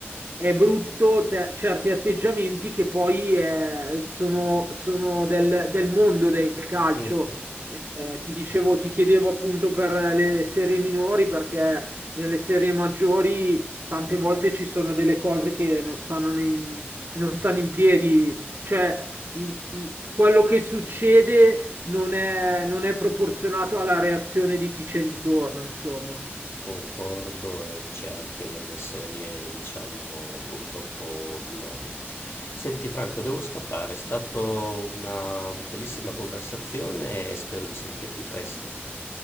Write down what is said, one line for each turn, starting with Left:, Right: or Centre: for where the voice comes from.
Right: è brutto te- certi atteggiamenti che poi eh, sono, sono del, del mondo del calcio.
Left: mm,
Right: Eh, eh, ti dicevo, ti chiedevo appunto per le serie minori, perché nelle serie maggiori tante volte ci sono delle cose che non stanno in, non stanno in piedi, cioè l- l- quello che succede non è, non è proporzionato alla reazione di chi c'è intorno, insomma.
Left: concordo e c'è anche nelle serie, diciamo, purtroppo minori. Senti Franco, devo scappare, è stata una bellissima conversazione e spero di sentirti presto.